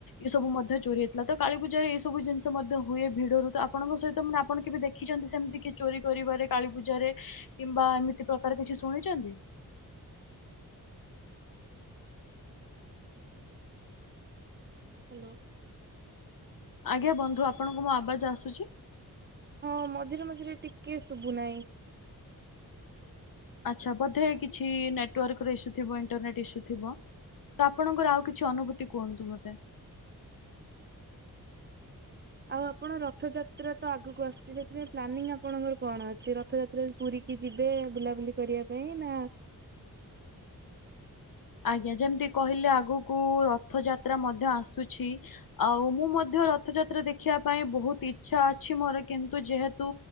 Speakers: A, on the left; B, on the right.
A: ଏ ସବୁ ମଧ୍ୟ ଚୋରି ହେଇଥିଲା ତ କାଳୀ ପୂଜାରେ ଏଇ ସବୁ ଜିନିଷ ମଧ୍ୟ ହୁଏ ଭିଡରୁତ ଆପଣଙ୍କ ସହିତ ମାନେ ଆପଣ କେବେ ଦେଖିଛନ୍ତି ସେମିତି କି ଚୋରି କରିବାରେ କାଳୀ ପୂଜାରେ କିମ୍ବା ଏମିତି ପ୍ରକାର କିଛି ଶୁଣିଛନ୍ତି?
B: <inaudible> ହ୍ୟାଲୋ।
A: ଆଜ୍ଞା ବନ୍ଧୁ ଆପଣଙ୍କୁ ମୋ ଆବାଜ ଆସୁଛି?
B: ହଁ ମଝିରେ ମଝିରେ ଟିକେ ଶୁଭୁ ନାହିଁ।
A: ଆଚ୍ଛା ବୋଧେ କିଛି ନେଟୱାର୍କ ର ଇଶୁ ଥିବ ଇଣ୍ଟରନେଟ୍ ଇଶୁ ଥିବ। ତ ଆପଣଙ୍କର ଆଉ କିଛି ଅନୁଭୂତି କୁହନ୍ତୁ ମତେ।
B: <inaudible> ଆଉ ଆପଣ ରଥଯାତ୍ରା ତ ଆଗକୁ ଆସୁଛି ସେଥିପାଇଁ ପ୍ଲାନିଂ ଆପଣଙ୍କର କଣ ଅଛି ରଥଯାତ୍ରାରେ ପୁରୀ କି ଯିବେ ବୁଲାବୁଲି କରିବା ପାଇଁ ନା?
A: ଆଜ୍ଞା ଯେମିତି କହିଲେ ଆଗକୁ ରଥଯାତ୍ରା ମଧ୍ୟ ଆସୁଛି ଆଉ ମୁଁ ମଧ୍ୟ ରଥଯାତ୍ରା ଦେଖିବା ପାଇଁ ବହୁତ ଇଛା ଅଛି ମୋର କିନ୍ତୁ ଯେହେତୁ